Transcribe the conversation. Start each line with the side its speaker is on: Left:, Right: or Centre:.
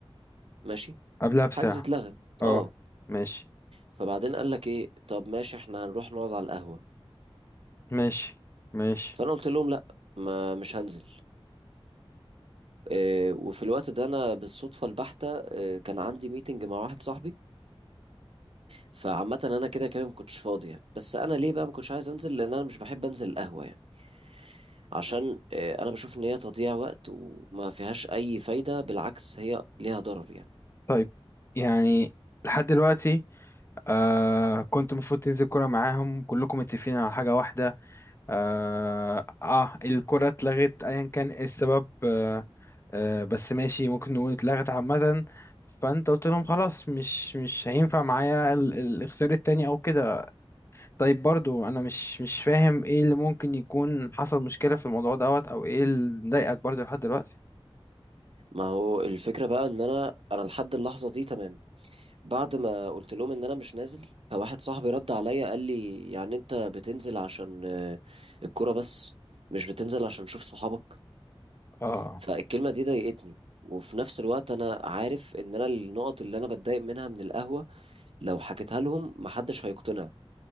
Right: ماشي
Left: قبلها بساعة
Right: حجز اتلغى
Left: اه
Right: اه
Left: ماشي
Right: فبعدين قال لك ايه طب ماشي احنا هنروح نقعد على القهوة
Left: ماشي ماشي
Right: فانا قلت لهم لا ما مش هنزل آه، وفي الوقت ده انا بالصدفة البحتة آه، كان عندي ميتنج مع واحد صاحبي فعامة انا كده كده ما كنتش فاضي يعني بس انا ليه بقى ما كنتش عايز انزل لان انا مش بحب انزل القهوة يعني عشان آه، انا بشوف ان هي تضييع وقت وما فيهاش اي فايدة بالعكس هي ليها ضرر يعني
Left: طيب يعني لحد دلوقتي آه كنت المفروض تنزل كورة معاهم كلكم متفقين على حاجة واحدة اه, آه الكرة اتلغت ايا كان إيه السبب آه آه بس ماشي ممكن نقول اتلغت عامة فانت قلت لهم خلاص مش مش هينفع معايا ال- ال- الاختيار التاني او كده طيب برضو انا مش مش فاهم ايه اللي ممكن يكون حصل مشكلة في الموضوع دوت او ايه اللي مضايقك برضو لحد دلوقتي
Right: ما هو الفكرة بقى ان انا انا لحد اللحظة دي تمام بعد ما قلت لهم ان انا مش نازل فواحد صاحبي رد عليا قال لي يعني انت بتنزل عشان آه، الكرة بس مش بتنزل عشان تشوف صحابك
Left: اه
Right: فالكلمة دي ضايقتني وفي نفس الوقت انا عارف ان انا النقط اللي انا بتضايق منها من القهوة لو حكيتها لهم محدش هيقتنع